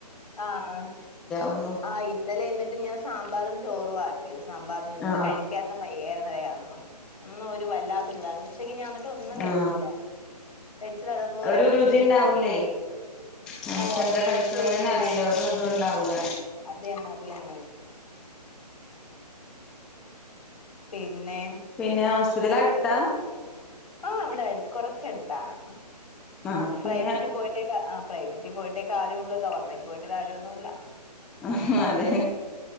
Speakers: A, on the left; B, in the centre.
A: ആഹ്.
B: ഒന്നും
A: ആഹ് ഇന്നലെ എന്നിട്ട് ഞാൻ സാമ്പാറും ചോറുവാ ആക്കിയത് സാമ്പാറും പിന്നിത്
B: ആ
A: കഴി ക്ക്യാനൊന്നും വയ്യാര്ന്നെടേ അതൊന്നും. ഇന്നും ഒരു വല്ലാത്തൊരിതാ. ഇന്നുച്ചയ്ക്ക് ഞാൻ എന്നിട്ടൊന്നും കഴിച്ചില്ല.
B: ആ
A: വെച്ചത് അതുപോലെ
B: ഒരു
A: വെച്ചു
B: രുചിണ്ടാവൂലേ. ഞമ്മക്ക്
A: ഓ
B: എന്താ
A: ടേസ്റ്റും
B: കഴിക്ക്ണേന്നെന്നെ
A: ഇല്ല
B: അറീല്ല ഒരു തും ണ്ടാവൂല.
A: അത് തന്നെ അത് തന്നെ. പിന്നെ.
B: പിന്നെ ഹോസ്പിറ്റൽ അടുത്താ?
A: ആഹ് ഇവിടെ അട് കൊർച്ചെടുത്താണ്.
B: ആ അപ്പൊ
A: പ്രൈവറ്റ്
B: പിന്നെ
A: പോയി <unintelligible> ആഹ് പ്രൈവറ്റിൽ പോയിട്ടേ കാര്യ ഒള്ളൂ ഗവൺമെന്റി പോയിട്ട് കാര്യ ഒന്നൂല്ല.
B: അഹ് അതെ.